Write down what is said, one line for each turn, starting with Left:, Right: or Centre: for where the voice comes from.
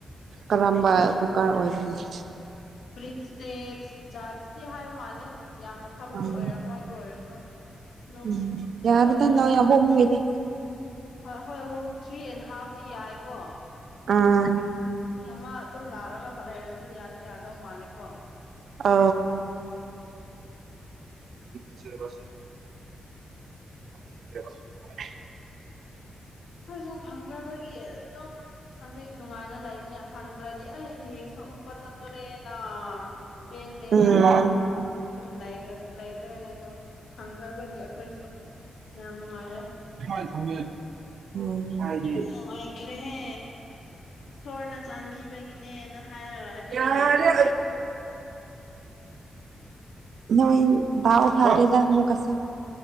Right: ꯀꯔꯝꯕ ꯀꯨꯀꯔ ꯑꯣꯏꯕꯅꯤ
Left: ꯄ꯭ꯔꯤꯁꯇꯦ ꯖꯥꯁꯇꯤ ꯍꯥꯏꯕ ꯃꯥꯜꯂꯦ ꯌꯥꯝꯅ ꯐꯕꯗꯤ
Right: ꯑꯥ
Left: ꯑꯣꯏꯔꯝꯃꯣꯏꯗ ꯑꯣꯏꯔꯁꯨ ꯑꯗꯨꯝ
Right: ꯎꯝ ꯌꯥꯔꯗ
Left: ꯂꯧꯔꯁꯤ
Right: ꯅ ꯌꯥ ꯍꯗꯤ
Left: ꯍꯣꯏ ꯍꯣꯏ ꯑꯍꯣꯨꯝ ꯊ꯭ꯔꯤ ꯑꯦꯟ ꯍꯥꯐꯇꯤ ꯌꯥꯏꯀꯣ
Right: ꯑꯥ
Left: ꯃꯤ ꯑꯃ ꯑꯗꯨꯝ ꯂꯥꯛꯂꯒ ꯐꯠ ꯍꯩꯔꯁꯨ ꯌꯥꯗꯤ ꯌꯥꯗꯧ ꯃꯥꯜꯂꯦꯀꯣ
Right: ꯑ ꯁꯤꯁꯤꯔꯕꯁꯤꯣ <inaudible>
Left: ꯑꯩꯈꯣꯏꯁꯨ ꯐꯪꯈ꯭ꯔꯕꯒꯤ ꯑꯗꯨꯝ ꯐꯖꯩ ꯅꯨꯡꯉꯥꯏꯅ ꯂꯩꯕꯅꯦ ꯐꯪꯗ꯭ꯔꯗꯤ ꯑꯩ ꯍꯌꯦꯡ ꯁꯣꯛꯃꯨꯛꯀꯣ ꯆꯠꯇꯣꯔꯦꯅ ꯄꯦꯜꯂꯦ
Right: ꯎꯝ
Left: ꯍꯥꯏꯅ ꯑꯗꯨꯝ ꯂꯩꯗꯣꯏꯅꯦ ꯑꯗꯣ ꯐꯪꯈ꯭ꯔꯕꯗꯤ ꯑꯩꯈꯣꯏꯁꯨ ꯌꯥꯝ ꯅꯨꯡꯉꯥꯏꯔꯦ
Right: ꯊꯝꯃꯦ ꯎꯝ ꯍꯥꯏ
Left: ꯌꯥꯝ ꯅꯨꯡꯉꯥꯏꯈ꯭ꯔꯦꯍꯦ ꯏꯁꯣꯔꯅ ꯆꯥꯟꯕꯤꯕꯒꯤꯅꯦꯅ ꯍꯥꯏꯔꯒ ꯑꯩꯈꯣꯏ
Right: ꯌꯥꯔꯦ
Left: ꯂꯩꯔꯦ
Right: ꯅꯣꯏ ꯎ ꯐꯔ ꯂꯩꯗꯥꯛ ꯃꯛ ꯑꯁ